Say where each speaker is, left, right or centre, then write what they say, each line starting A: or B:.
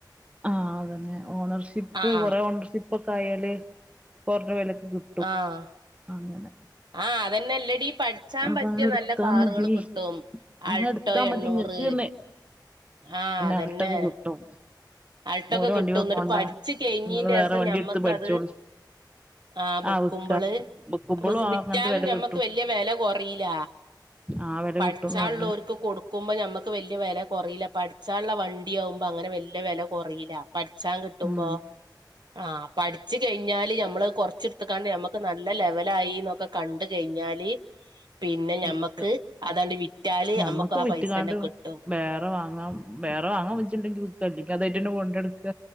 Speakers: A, on the right (about 15°); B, on the right (about 70°).
A: ആഹ് അതതന്നെ ഓണർഷിപ്പ്
B: ആഹ്
A: കുറെ ഓണർഷിപ്പ് ഒക്കെ ആയാല് കെറഞ്ഞ വെലക്ക് കിട്ടും.
B: ആഹ്
A: അങ്ങനെ
B: ആഹ് അതന്നെല്ലടി പട് യിച്ചാൻ
A: അപ്പൊ
B: പറ്റിയ
A: അങ്ങനെ എടുത്താ
B: നല്ല കാറുകൾ
A: മതി
B: കിട്ടും
A: അങ്ങനെ
B: ആൾട്ടോ
A: എടുത്താ
B: എണ്ണൂറ്.
A: മതി ഇങ്ങക്ക്ന്ന്
B: ആഹ് അതന്നെ
A: അടുത്തൊക്കെ കിട്ടും
B: അൾട്ടൊക്കെ
A: ഓലെ
B: കിട്ടും
A: വണ്ടിമ്മെ
B: എന്നിട്ട്
A: പോണ്ട
B: പഠിച്ചു കഴിഞ്ഞീന്റെ
A: നിങ്ങള് വേറെ
B: അസം
A: വണ്ടി
B: നമ്മക്കത്.
A: എടുത്ത് പഠിച്ചോളി
B: ആഹ് ബുക്കുമ്പള്
A: ആ വിക്ക വിക്കുമ്പോളും ആ
B: വിറ്റാലും
A: അങ്ങനത്തെ വില
B: നമ്മക്ക്
A: കിട്ടും
B: വല്യ വെല കെറിയില
A: ആ വില
B: പഠിച്ചാലോൾക്ക്
A: കിട്ടുംന്ന് പറഞ്ഞ്
B: കൊടു ക്കുമ്പോ നമ്മക്ക് വല്യയാ വെല കെറയില്ല പഠിച്ചാലുള്ള വണ്ടിയോ ആകുമ്പോ അങ്ങനെ വല്യയ വെല കെറയില്ല. പഠിച്ചൻ കിട്ടുമ്പോ
A: ഉം
B: ആഹ് പഠിച്ച് കഴിഞ്ഞാല് നമ്മള് കൊറച്ചെടുത്ത് നമ്മക്ക് നല്ല ലെവലായിന്നൊക്കെ കണ്ട കഴിഞ്ഞാല് പിന്നെ നമ്മക്ക്
A: വിക്ക
B: അതാണ്ട് വിറ്റാല്
A: ഞമ്മക്ക്
B: നമ്മക്ക് ആ
A: വിറ്റ്കാണ്ട്
B: പൈസ തന്നെ കിട്ടും.
A: വേറെ വാങ്ങാം വേറെ വാങ്ങാൻ വെച്ചണ്ടെങ്കിൽ വിക്ക അല്ലെങ്കി അത് ഏട്ടന്റെ ഫോണിൽ എടുക്ക.